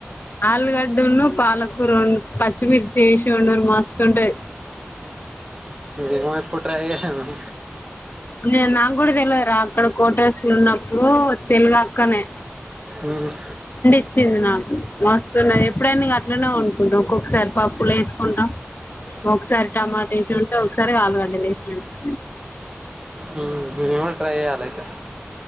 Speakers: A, on the left (about 50°); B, on the right (about 20°).
A: ఆలుగడ్డ ఉం పాలకూరం పచ్చిమిర్చి చేసి వండరు మస్తుంటది
B: ఏమో ఏప్పుడు ట్రై చేయాలె మేం
A: ఇగ నాకు కూడా తెలవద్ ర అక్కడ కోటరస్లు ఉన్నప్పుడు తెలుగక్కనే
B: ఉహ్
A: ఇచ్చింది నాకు మస్తున్నది ఎప్పుడైనా అట్లనే వండుకుంట ఒక్కొక్కసారి పప్పులు వేసుకుంటం ఒకసారి టమాట వేసి వండుతా ఒకసారి ఆలుగడ్డలు వేసి వొండుతా
B: ఊ మేము కూడ ట్రై చేయాలా అయితే